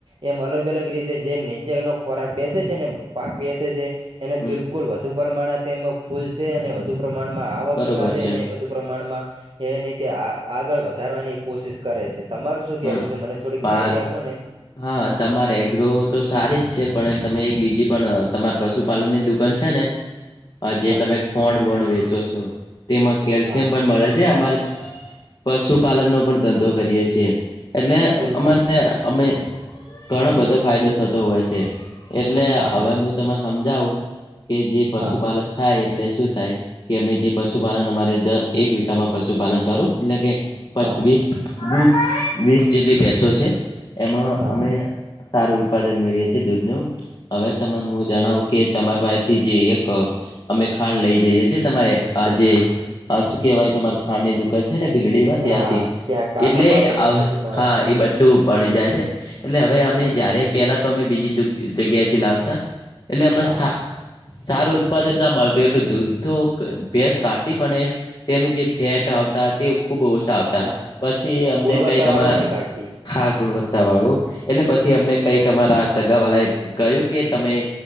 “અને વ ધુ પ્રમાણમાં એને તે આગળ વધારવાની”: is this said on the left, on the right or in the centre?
Right